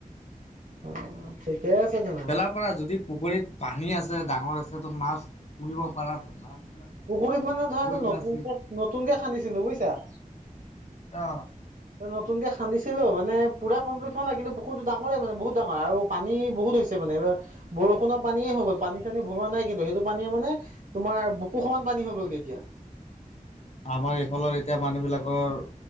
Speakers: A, on the right; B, on the left.
A: অ ঠিকে আছে জানো
B: পেলাৰ পৰা যদি পুখুৰীত পানী আছে ডাঙৰ আছে তো মাছ পুৰিব পাৰটোো মাছবিলাক
A: পুখুৰীত মানে ধৰা
B: থৈ দিলা
A: নতুনকে
B: চিপ
A: নতুনকে খান্দিছিলো বুজছা
B: অ
A: নতুনক কে খান্দিছিলো মানে পুৰা কমপ্লি হ নাই কিন্তু বহুতোাঙই মানে বহুত ডাঙৰ আৰু পানী বহুত হৈছে মানে এইবাৰ বৰষুণৰ পানীয়ে হৈ গ'ল পানী চানী ভৰোৱা নাই কিন্তু সেইটো পানীয়ে মানে তোমাৰ বুকু সমত পানী হৈ গ'ল কেে এতিয়া
B: আমাৰ এইফালৰ এতিয়া মানুহ বিিলাকৰ